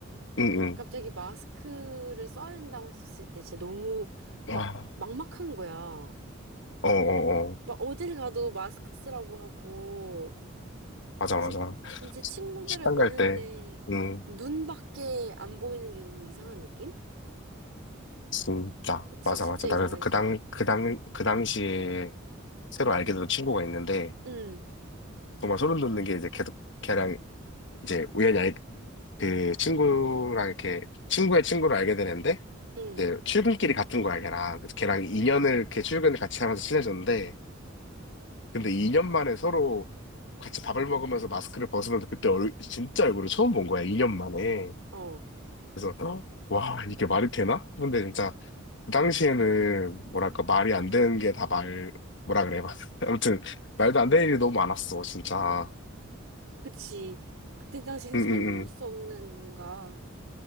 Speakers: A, on the left (about 60°); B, on the right (about 85°).
A: 응, 응.
B: 갑자기 마스크를 써야 된다고 했었을 때 진짜 너무
A: 와,
B: 막 막막한 거야.
A: 어, 어, 어.
B: 막 어딜 가도 마스크 쓰라고 하고
A: 맞아,
B: 진,
A: 맞아.
B: 이제 친구들을
A: 식당
B: 보는데
A: 갈 때, 응,
B: 눈밖에 안 보이는 게 너무 이상한 느낌?
A: 진짜.
B: 그치,
A: 맞아,
B: 진짜
A: 맞아. 나
B: 이상하지.
A: 그래서 그 당, 그 당, 그 당시에 새로 알게 된 친구가 있는데,
B: 응,
A: 정말 소름 돋는 게 이제 계속 걔랑 이제 우연히 알, 그 친구랑 이렇게 친구의 친구를 알게 되는데
B: 응,
A: 이제 출근길이 같은 거야 걔랑 그래서 걔랑 2년을 이렇게 출근을 같이 하면서 친해졌는데 근데 2년 만에 서로 같이 밥을 먹으면서 마스크를 벗으면서 그때 얼 진짜 얼굴을 처음 본 거야 2년 만에
B: 어,
A: 그래서 어? 와 이게 말이 되나? 근데 진짜 그 당시에는 뭐랄까 말이 안 되는 게 다 말 뭐라 그래 <laughs> 아무튼 말도 안 되는 일이 너무 많았어 진짜
B: 그치. 그때 당시엔
A: 응응응
B: <laughs> 설명할 수 없는 뭔가,